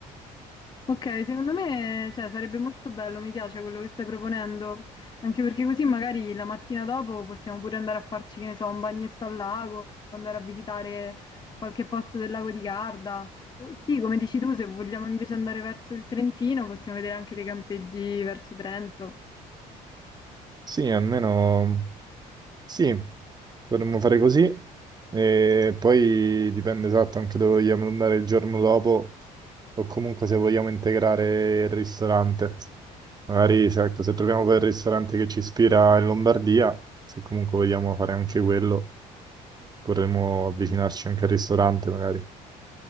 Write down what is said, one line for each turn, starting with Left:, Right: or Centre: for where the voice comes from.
Left: Ok, secondo me, cioè, sarebbe molto bello, mi piace quello che stai proponendo, anche perché così magari la mattina dopo possiamo pure andare a farci, che ne so, un bagnetto al lago, andare a visitare qualche posto del lago di Garda. O sì, come dici tu, se vogliamo invece andare verso il Trentino, possiamo vedere anche dei campeggi verso Trento.
Right: Sì, almeno sì, potremmo fare così. E poi dipende esatto anche dove vogliamo andare il giorno dopo o comunque se vogliamo integrare il ristorante. Magari, se ecco, se troviamo quel ristorante che ci ispira in Lombardia, se comunque vogliamo fare anche quello, potremmo avvicinarci anche al ristorante magari.